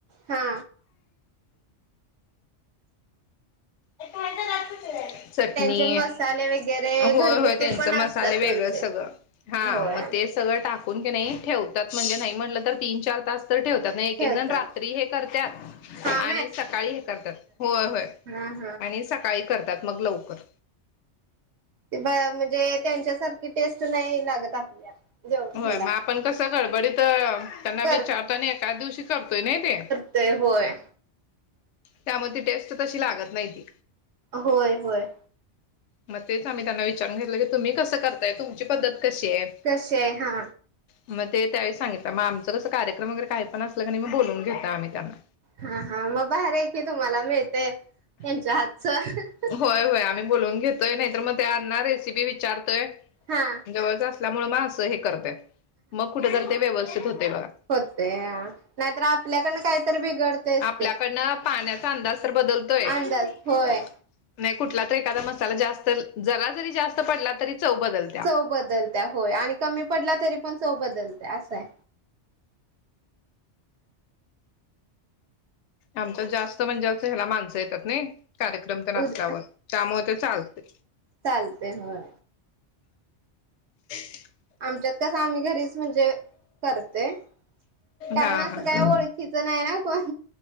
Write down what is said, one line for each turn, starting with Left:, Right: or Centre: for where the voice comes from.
Right: हा
Left: ए लातू चले चटणी
Right: त्यांचे मसाले वगैरे
Left: होय
Right: घरगुती
Left: होय त्यांच
Right: पण
Left: मसाले
Right: असतात त्यांचे
Left: वेगळंच सगळं हा
Right: होय
Left: मग चटणी सगळं टाकून कीनाही ठेव म्हणजे नाही म्हटलं तर तीन चार तास तर ठेवतात एक
Right: ठेवतात.
Left: एक जण रात्री हे करत
Right: हा
Left: आणि सकाळी हे करतात होय होय
Right: हम्
Left: आणि सकाळी करतात मग लवकर
Right: ते म्हणजे त्यांच्यासारखी टेस्ट नाही लागत आपल्या जेव
Left: होय
Right: ह्याला
Left: मग आपण कसं गडबडीत त्यांना
Right: कर
Left: विचारतो आणि एकाच दिवशी करतोय नाही ते
Right: ते होय
Left: त्यामुळं ती टेस्ट तशी लागत नाही ती
Right: होय होय
Left: मग तेच आम्ही त्यांना विचारून घेतलं की तुम्ही कस करताय तुमची पद्धत कशी आहे
Right: कशी आहे हा
Left: मग ते त्यावेळी सांगितलं मग आमचं कसं कार्यक्रम वगैरे काही पण असलं क नाही मग बोलून घेतोय आम्ही त्यांना
Right: हा हा मग भारी आहे की तुम्हाला मिळतय त्यांच्या हातच
Left: होय होय आम्ही बोलून घेतोय नाहीतर मग त्यांना रेसिपी विचारतोय
Right: हा
Left: जवळच असल्यामुळे मग असं हे करतोय मग कुठे ते व्यवस्थित होते बघा
Right: होते नाहीतर आपल्याकडनं काहीतरी बिघडतयच ते
Left: आपल्याकडंनं पाण्याचा चा अंदाज तर बदलतोय नाही
Right: अंदाज होय
Left: कुठला तर एखादा मसाला जास्त तर जरा जरी जास्त पडला तरी चव बदलत्या
Right: चव बदलत्या होय आणि कमी पडला तरी पण चव बदलत्या असं हाय
Left: आमच्यात जास्त म्हणजे असं ह्याला माणसं येतात नाही कार्यक्रम तेन असल्यावर
Right: उर
Left: त्यामुळे ते चालते
Right: चालते होय
Left: <inaudible>
Right: आमच्यात कस आम्ही घरीच म्हणजे करतोय कारण
Left: हा
Right: असं
Left: हा
Right: काय ओळखीचं नाही ना कोण